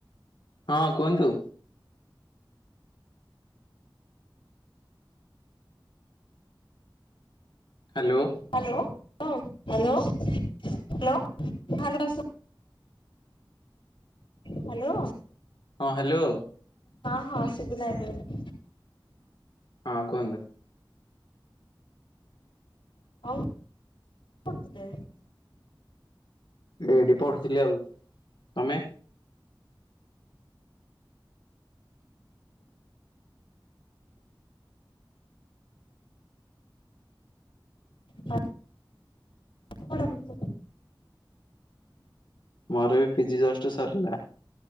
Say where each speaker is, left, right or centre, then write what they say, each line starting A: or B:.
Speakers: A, on the left; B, on the left.
A: ହଁ କୁହନ୍ତୁ। ହାଲୋ।
B: ହାଲୋ ହଁ ହାଲୋ ହାଲୋ ହାଲୋ ସୁ ହାଲୋ।
A: ହଁ ହାଲୋ।
B: ହଁ ହଁ ସୁବିଲା ଏବେ ବି।
A: ହଁ କୁହନ୍ତୁ।
B: ଅଂ ପୁଟ୍ ଦେ।
A: ଏ ଡିପଟ ଥିଲି ଆଉ ତମେ?
B: ଆ ଆପଣ କରୁ <inaudible>
A: ମୋର ଏବେ ପିଜି ଜଷ୍ଟ ସରିଲା